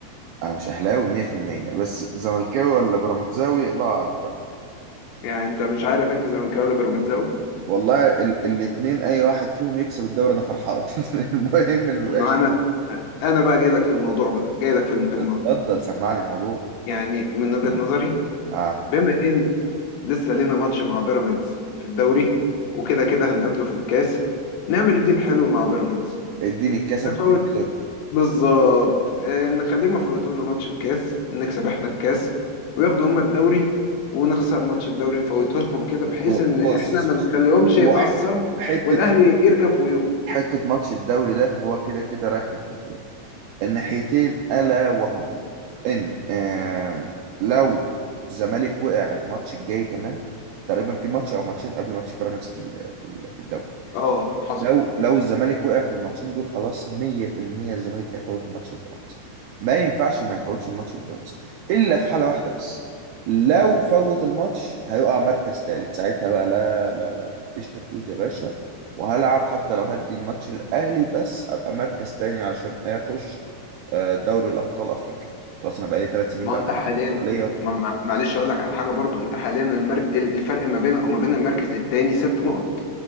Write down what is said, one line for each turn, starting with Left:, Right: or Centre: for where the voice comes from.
Right: انا مش اهلاوي 100% بس زملكاوي ولا بيراميدزاوي الله اعلم بقى
Left: يعني انت مش عارف انت زملكاوي ولا بيراميدزاوي
Right: والله ال الاتنين اي واحد فيهم يكسب الدوري انا فرحان <laughs> المهم اللي مبقاش
Left: ما انا انا بقى جاي لك في الموضوع بقى جاي لك في المهمة
Right: اتفضل سمعني الموضوع
Left: يعني من وجهة نظري
Right: اه
Left: بما ان لسه لينا ماتش مع بيراميدز في الدوري وكده كده هنقابله في الكاس نعمل ديل حلو مع بيراميدز
Right: اديني الكاسه
Left: نفوت
Right: اديك الدوري
Left: بالظبط آه، نخليهم يفوتوا لنا ماتش الكاس نكسب احنا الكاس وياخدوا هما الدوري ونخسر ماتش الدوري نفوته لهم كده بحيث
Right: هو
Left: ان
Right: بص
Left: احنا ما نخليهمش يتعثروا
Right: هو ح- حته
Left: والاهلي يركب فوقيهم
Right: حته ماتش الدوري ده فهو كده كده رايح ناحيتين الناحيتين الا وهما ان آم، لو الزمالك وقع الماتش الجاي كمان تقريبا في ماتش او ماتشين قبل ماتش بيراميدز في ال- في ال- في الدوري
Left: اه حصل
Right: لو لو الزمالك وقع في الماتشين دول خلاص 100% الزمالك هيفوت الماتش البيراميدز ما ينفعش ما يفوتش الماتش البيراميدز الا في حاله واحده بس لو فوت الماتش هيقع مركز ثالث ساعتها بقى لا لا لا لا مفيش تفويت يا باشا وهلعب حتى لو هدي الماتش الاهلي بس ابقى مركز تاني عشان اخش آه، دوري الابطال افريقيا خلاص انا بقالي ثلاث سنين
Left: ما
Right: بقى
Left: هو انت حاليا
Right: ليه
Left: ما ما- معلش اقول لك على حاجه برضو انت حاليا المرك... الفرق ما بينك وما بين المركز الثاني ست نقط